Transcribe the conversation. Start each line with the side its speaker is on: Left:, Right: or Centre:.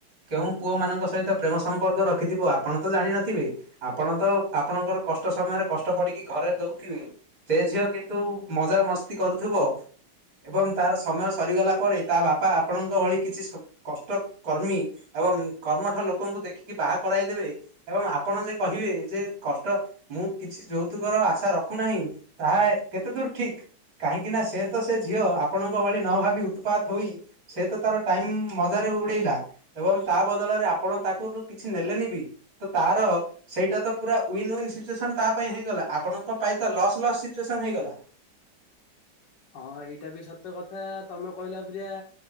Right: କେଉଁ ପୁଅମାନଙ୍କ ସହିତ ପ୍ରେମ ସମ୍ପର୍କ ରଖିଥିବ ଆପଣ ତ ଜାଣିନଥିବେ ଆ ଆପଣ ତ ଆପଣଙ୍କର କଷ୍ଟ ସମୟରେ କଷ୍ଟ ପଡ଼ିକି। ଘରେ ଦଉଥିବି ସେ ଝିଅ କିନ୍ତୁ ମଜାମସ୍ତି କରୁଥିବ ଏବଂ ତାର ସମୟ ସରିଗଲା ପରେ ତା ବାପା ଆପଣଙ୍କ ଭଳି କିଛି ସ କଷ୍ଟକର୍ମୀ ଏବଂ କର୍ମଠ ଲୋକଙ୍କୁ ଦେଖିକି ବାହା କରାଇଦେବେ ଏବଂ ଆପଣ ଯେ କହିବେ ଯେ କଷ୍ଟ ମୁଁ କିଛି ଯୌତୁକର ଆଶା ରଖୁନାହିଁ ତାହା ଏ କେତେ ଦୂର ଠିକ କାହିଁକି ନା ସେ ତ ସେ ଝିଅ ଆପଣଙ୍କ ଭଳି ନଭାବି ଉତ୍ପାତ ହୋଇ, ସେ ତ ତାର ଟାଇମ ମଜାରେ ଉଡେଇଲା ଏବଂ ତା ବଦଳରେ ଆପଣ ତାକୁ ତୁ କିଛି ନେଲେନି ବି। ତ ତାର ସେଇଟା ତ ପୁରା ୱିନ୍ ୱନ୍ ସିଚୁଏସନ ତା ପାଇଁ ହେଇଗଲା, ଆପଣଙ୍କ ପାଇଁ ତ ଲସ୍ ଲସ୍ ସିଚୁଏସନ୍ ହେଇଗଲା।
Left: ହଁ, ଏଇଟା ବି ସତ କଥା ତମେ କହିଲା ପରିଆ